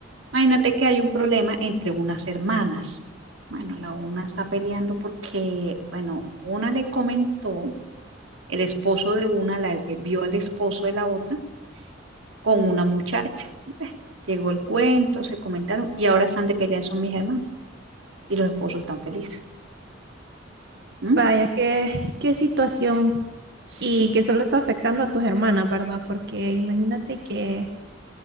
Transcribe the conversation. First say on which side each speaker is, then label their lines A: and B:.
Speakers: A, on the right (about 80°); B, on the right (about 60°).
A: Imagínate que hay un problema entre unas hermanas. Bueno, la una está peleando porque, bueno, una le comentó, el esposo de una la, eh, vio al esposo de la otra con una muchacha. llegó el cuento, se comentaron y ahora están de pelea, son mis hermanas y los esposos están felices. ¿Mm?
B: Vaya, qué, qué situación
A: Sí,
B: y que solo está afectando a tus hermanas, ¿verdad? Porque imagínate que,